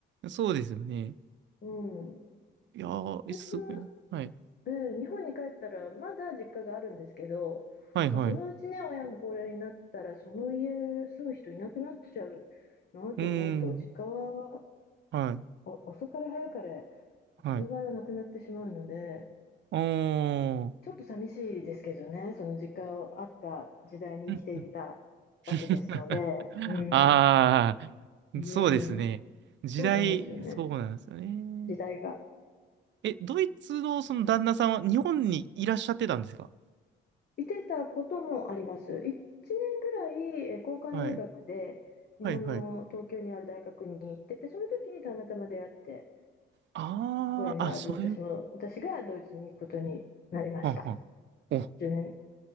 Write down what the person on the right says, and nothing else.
そうですよね。
いやー、
えすごいな。はい。
はいはい。
う
ーん。
はい。
はい。おー。
うんうん <laughs>
ああ、
そうですね。時代、
そうなんですよね。
え、ドイツのその旦那さんは日本にいらっしゃってたんですか
はい。はいはい。
ああ、
あ、そういう。
はんはんお、